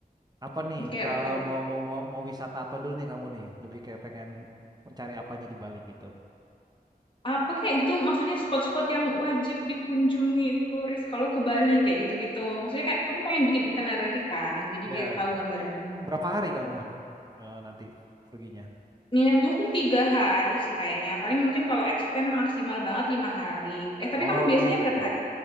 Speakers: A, on the right (about 25°); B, on the left (about 30°).
A: Apa nih?
B: Oke,
A: Ke,
B: oke.
A: mau, mau mau mau wisata apa dulu nih kamu nih? Lebih kayak pengen mencari apanya di Bali gitu?
B: apa kayak gitu maksudnya spot-spot yang wajib dikunjungi turis kalau ke Bali kayak gitu-gitu maksudnya kayak aku tuh pengen bikin itinerary kan jadi
A: Ya,
B: biar tahu gambarannya
A: berapa
B: gitu
A: hari kamu eh, nanti perginya?
B: niatnya sih tiga hari sih kayaknya paling mungkin kalau extend maksimal banget lima hari eh tapi
A: Oh,
B: kamu biasanya berapa
A: cukup
B: hari